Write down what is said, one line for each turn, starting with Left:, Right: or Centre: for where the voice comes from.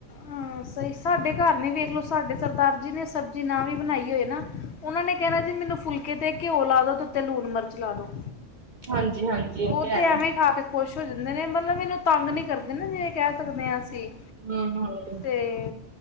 Left: ਹਾਂ, ਸਈ ਸਾਡੇ ਘਰ ਨੀ ਵੇਖਲੋ ਸਾਡੇ ਸਰਦਾਰ ਜੀ ਨੇ ਸਬਜ਼ੀ ਨਾ ਵੀ ਬਨਾਈ ਹੋਏ ਨਾ ਓਨਾਂ ਨੇ ਕੈਨਾ ਜੀ ਮੈਨੂੰ ਫੁਲਕੇ ਤੇ ਘਓ ਲਾਦੋ, ਤੇ ਉੱਤੇ ਲੁਨ ਮਰਚ ਲਾਦੋ।
Right: ਹਾਂਜੀ-ਹਾਂਜੀ ਇਹ
Left: ਉਹ
Right: ਹੈ।
Left: ਤੇ ਐਵੇਂ ਖਾ ਕੇ ਖੂਸ਼ ਹੋ ਜਾਂਦੇ ਨੇ, ਮਲਬ ਏਨੂੰ ਤਾੰਗ ਨੀ ਕਰਦੇ ਨਾ ਜਿਵੇਂ ਕੈ ਸਕਦੇ ਆਂ ਅਸੀ
Right: ਹੂੰ- ਹੂੰ।
Left: ਤੇ